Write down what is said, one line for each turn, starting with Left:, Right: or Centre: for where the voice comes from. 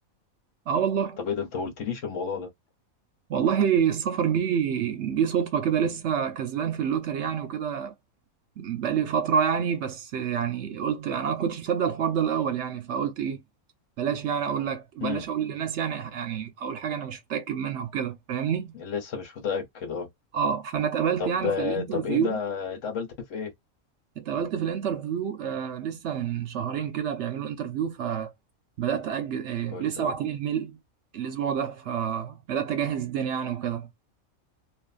Right: أه والله
Left: طب ايه ده انت ما قلتليش الموضوع ده
Right: والله السفر جه جه صدفة كده لسه كسبان في اللوتري يعني وكده بقالي فترة يعني بس يعني قلت أنا ما كنتش مصدق الحوار ده الأول يعني فقلت إيه بلاش يعني أقول لك بلاش
Left: امم
Right: أقول للناس يعني يعني أول حاجة أنا مش متأكد منها وكده فاهمني
Left: لسه مش متاكد اه
Right: اه فانا اتقابلت
Left: طب
Right: يعني في الانترفيو
Left: طب ايه ده اتقابلت في ايه
Right: اتقابلت في الانترفيو آه لسه من شهرين كده بيعملوا انترفيو فبدات اجل آه
Left: كويس
Right: لسه
Left: اوي
Right: باعتين الميل الاسبوع ده فبدات اجهز الدنيا يعني وكده